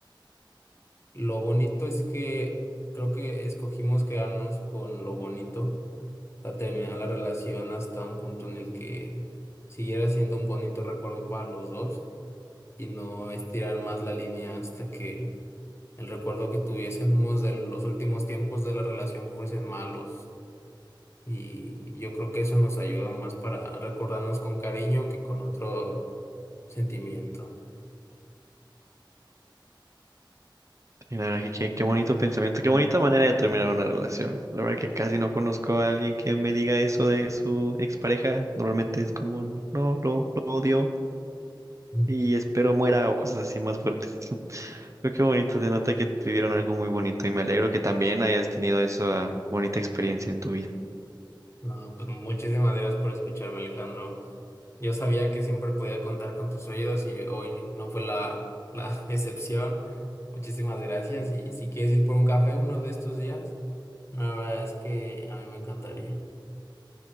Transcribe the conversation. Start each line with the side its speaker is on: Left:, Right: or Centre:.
Left: Lo bonito es que creo que escogimos quedarnos con lo bonito, a terminar la relación hasta un punto en el que siguiera siendo un bonito recuerdo para los dos y no estirar más la línea hasta que el recuerdo que tuviésemos de los últimos tiempos de la relación fuesen malos. Y yo creo que eso nos ayuda más para recordarnos con cariño que con otro sentimiento.
Right: Y la verdad que qué, qué bonito pensamiento, qué bonita manera de terminar una relación. La verdad que casi no conozco a alguien que me diga eso de su expareja. Normalmente es como, un, no, lo, lo odio
Left: Mm.
Right: y espero muera o cosas así más fuertes. <laughs> Pero qué bonito, se nota que tuvieron algo muy bonito y me alegro que también hayas tenido esa bonita experiencia en tu vida.
Left: No, pues muchísimas gracias por escucharme, Alejandro. Yo sabía que siempre podía contar con tus oídos y hoy no fue la, la <laughs> excepción. Muchísimas gracias. Y si quieres ir por un café uno de estos días, la verdad es que a mí me encantaría.